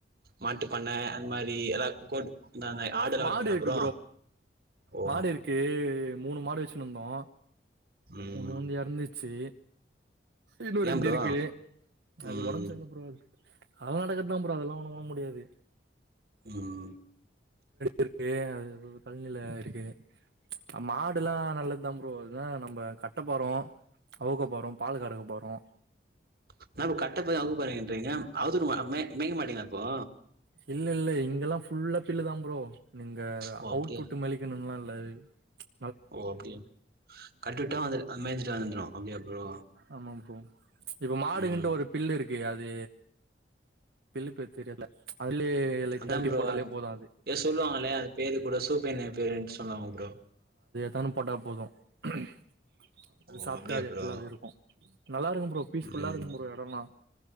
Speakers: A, on the right; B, on the right.
A: மாட்டு பண்ணை அந்த மாரி எதா கொட் நாங்க ஆடுலா
B: மாடு
A: வளத்துங்களா
B: இருக்கு
A: ப்ரோ ஓ
B: மாடு இருக்கு மூணு மாடு வச்சினு இருந்தோம்
A: ம்
B: ஒன்னு வந்து இறந்துச்சி இன்னு
A: ஏ
B: ரெண்டு
A: ப்ரோ
B: இருக்கு அது
A: ம்
B: ஓடம்பு சரில்ல ப்ரோ அது அதெல்லாம் நடக்குறதுதான் ப்ரோ அதெல்லாம் ஒன்னு பன்ன முடியாது
A: உஹம்
B: இருக்கு அது கல்நில இருக்கு மாடுல்லா நல்லது தா ப்ரோ இன்னா நம்ம கட்டபோறோ அவுக்க போறோம் பால் கரக்க போறோம்
A: என்ன ப்ரோ கட்டபேறா அவுக்க போறேன்னு இருக்கீங்க <unintelligible> மே மேக்க மாட்டேங்களா அப்போ
B: இல்ல இல்ல இங்கெல்லாம் ஃபுல்லா பில்லு தான் ப்ரோ நீங்க
A: ஓ
B: அவுத்துஉட்டு
A: அப்டியா
B: மலிக்கணும் லா இல் வலரு
A: ஓ அப்டியா கட்டிவிட்டா வந்து அது மேஞ்சுட்டு வந்து ஒ அப்டியா ப்ரோ
B: ஆமா ப்ரோ ட்ச் இப்ப மாடுகின்ட்டு
A: ம்
B: ஒரு பில்லு இருக்கு எ அது பில்லு பேரு தெரியல அதுலயே அது லைட்டா
A: அதான்
B: வெட்டி
A: ப்ரோ
B: போட்டாலே போது
A: ஏதோ சொல்லுவாங்களே அது பேரு கூட சூப்பர் நேம் பேரன்ஸ் சொல்லாமா ப்ரோ
B: தான் போட்டால் போதும் ம்ம் அது
A: ஓ
B: சாப்பிட்டா
A: அப்டியா
B: அது எடத்துல
A: ப்ரோ
B: அது இருக்கும் நல்லாக்கும் ப்ரோ பீஸ்ஃபுல்லா
A: ம்
B: இருக்கும் ப்ரோ இடம் எல்லா